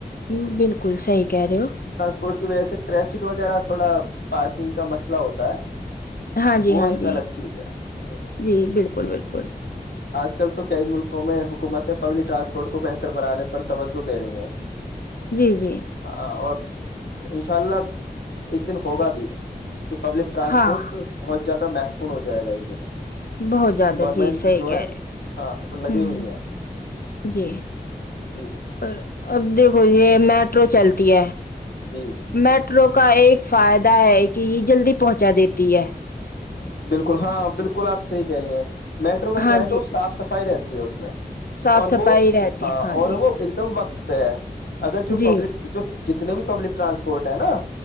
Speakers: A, on the left (about 65°); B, on the left (about 85°).
A: ہ بالکل سحی کہہ رہے ہو
B: روڈ کی وجہ سے ٹریفک وغیرہ تھوڑا پارکنگ کا مسئلہ ہوتا ہے
A: ہاں جی
B: وہ
A: ہاں
B: ایک
A: جی
B: الگ چیز ہے ہ
A: جی بالکل بالکل کوک
B: آج کل تو کئی ملکوں میں حکومت پبلک ٹرانسپورٹ کو بہتر بنانے پر توجہ دے رہیں گے
A: جی جی
B: ہاں اور انشاء اللہ ایک دن ہوگا بھی پبلک رانسپورٹ
A: ہاں
B: بہت زیادہ مہوپورن ہو جائے گ ایک دن
A: بہت زیادہ
B: گورنمنٹ
A: جی صحیح
B: جو
A: ے
B: ہے ہاں لگی
A: ہ
B: ہوئی
A: ہ
B: ہیں
A: جی
B: جی
A: پر اب دیکھو یہ میٹرو چلتی ہے
B: جی
A: میٹرو کا ایک فائدہ ہے کہ یہ جلدی پہنچا دیتی ہے
B: بالکل ہاں بالکل آپ سےحی کیا ہے میٹرو کا
A: ہاں
B: کیا ہے کہ
A: جی
B: وہ صاف صفائی رہتی اس میں
A: صاف
B: اور
A: صفائی
B: وہ
A: رہتی
B: ہاں اور
A: جی
B: وہ ایک دم وقت پ <unintelligible> اگر جو
A: جی
B: پبلک جو جتنے بھی پبلک ٹرانسپورٹ ہے نا